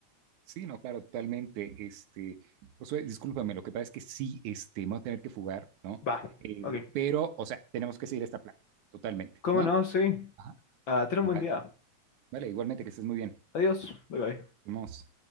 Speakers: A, on the right; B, on the left.
A: Sí, no, claro, totalmente. Este, Josué, discúlpame, lo que pasa es que sí, este, me voy a tener que fugar, ¿no?
B: Va,
A: Eh,
B: ok.
A: pero, o sea, tenemos que seguir esta plática, totalmente,
B: ¿Cómo
A: ¿no?
B: no? Sí.
A: Ajá,
B: Ah, ten un buen
A: va-
B: día.
A: vale, igualmente que estés muy bien.
B: Adiós, bye bye.
A: Vamos.